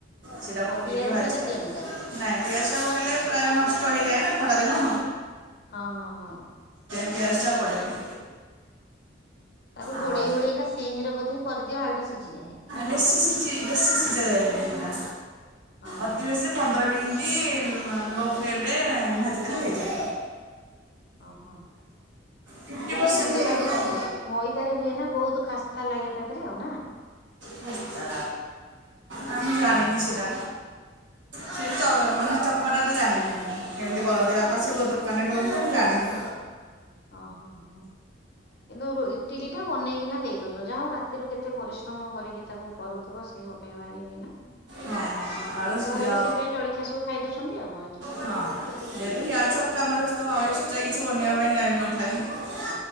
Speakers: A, on the right; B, on the left.
A: ସେଟା ପକେଇକି
B: ଆଉ ପିଆଜ
A: ଭାଜିବା
B: ଫିଆଜ ଦିଅନି ତା ଦେହରେ
A: ନାଇଁ ପିଆଜ ଟା ପକେଇଲେ ପ୍ରାୟ ନଷ୍ଟ ହେଇଯାଏ ନା ଖରାଦିନ।
B: ହଁ ହଁ ହଁ।
A: ଗ୍ୟାସ୍ ଟା ପଡେନି।
B: ତାକୁ
A: ଆଉ
B: ଘୋଡେଇ ଘୋଡେଇକା ସିମ ରେ ବୋଧେ କରିଦିଅ ଆଳୁଟା ସିଝିଯାଏ ନା
A: ବେଶ
B: କଣ?
A: ସିଝ ବେଶୀ ସିଝେଯାଏନି ହେଟା।
B: ହଁ
A: ଅତି
B: ହଁ ହଁ
A: ବେଶୀ ପନ୍ଦର ମିନି ମିନିଟ ଲୋ ଫ୍ଲେମେ ଭାଜିଦେଲେ ହେଇଯିବ।
B: ଓ ହୋ।
A: ଫିଫ୍ଟି
B: କିନ୍ତୁ
A: ପରସେଣ୍ଟ
B: ସିଙ୍ଗଡାରେ
A: ହେଇଯିବ
B: ଯୋଉ
A: ଆଉ
B: ମଇଦାରେ ହୁଏ ନା ବହୁତ୍ ଖାସ୍ତା ଲାଗେ ତା ଦେହେରେ ଆଉ ନା୍
A: ଖାସ୍ତା ଆ ସେଟା ସେଟା
B: ଓହୋ
A: ଚ ମାନେ ଚକ୍ କଟା ଟା ଜାଣିନି ମୁଁ କେମିତି କରନ୍ତି ବାପା ସେ ଗୋ ଦୋକାନରେ କରନ୍ତି ତ ମୁଁ ଜାଣିନି।
B: ଓ ହୋ ହଁ। କିନ୍ତୁ ଇଟିଲି ଟା ବନେଇକିନା ଦେଇ ଦଉଚ ଯାହା ହଉ ରାତିରୁ କେତେ ପରିଶ୍ରମ କରିକିନା ତାକୁ କରୁଥିବ। ସେ ଗୋଟେ ଭାରି ଇଏ ନା
A: ହଁ ଆଳୁ
B: ଆଉ
A: ସିଝା
B: ଘରେ ବି ସେଥିପାଇଁ ଜଳଖିଆ ସବୁ ଖାଇ ଦଉଛନ୍ତି। ଆଉ କଣ ଇଟିଲି ଫିଟିଲି
A: ହଁ
B: ଆଉ।
A: ଯେହେତୁ ଇଆଡେ ସବୁ କାମରେ ବ୍ୟସ୍ତ ଏଷ୍ଟ୍ରା କିଛି ଛି ବନେଇବା ପାଇଁ ଟାଇମ ନଥାଏ।